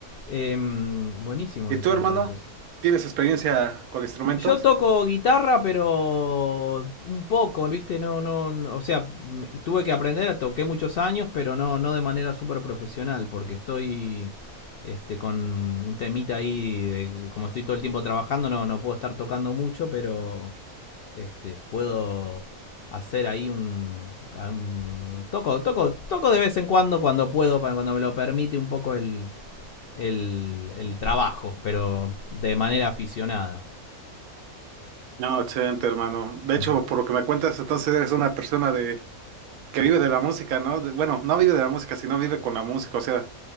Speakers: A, on the left (about 75°); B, on the right (about 80°).
A: Em, buenísimo
B: ¿Y
A: eso
B: tú, hermano?
A: entonces.
B: ¿Tienes experiencia con instrumentos?
A: Yo toco guitarra, pero un poco, ¿viste? No, no, no- o sea, me- tuve que aprender, toqué muchos años, pero no, no de manera súper profesional, porque estoy este, con un temita ahí, de- como estoy todo el tiempo trabajando, no, no puedo estar tocando mucho, pero este, puedo hacer ahí un, a un- toco, toco, toco de vez en cuando, cuando puedo, pa- cuando me lo permite un poco el, el, el trabajo, pero de manera aficionada.
B: No, excelente, hermano. De hecho,
A: Mm.
B: por lo que me cuentas, entonces eres una persona de que vive de la música, ¿no? De- bueno, no vive de la música, sino vive con la música, o sea,